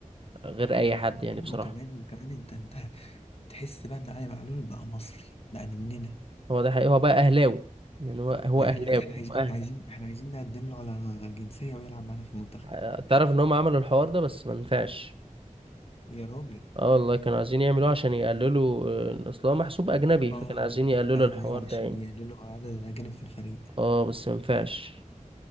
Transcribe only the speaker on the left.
لا
وكمان وكمان انت انت تحس بقى ان علي معلول بقى مصري بقى مننا
بقى
اهلاوي احنا عايزين
احنا عايزين احنا عايزين نقدم له على جنسية ويلعب معانا في المنتخب
يا راجل
اه
ايوه
ايوه
عشان
يقللوا عدد الاجانب في الفريق